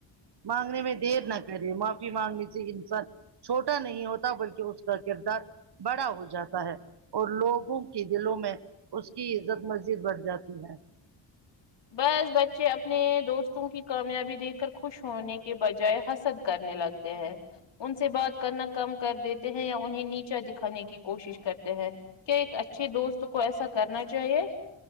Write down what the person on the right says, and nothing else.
مانگنے میں دیر نہ کرے معافی مانگنے سے انسان چھوٹا نہیں ہوتا بلکہ اس کا کردار بڑا ہو جاتا ہے اور لوگوں کی دلوں میں اس کی عزت مزید بڑھ جاتی ہے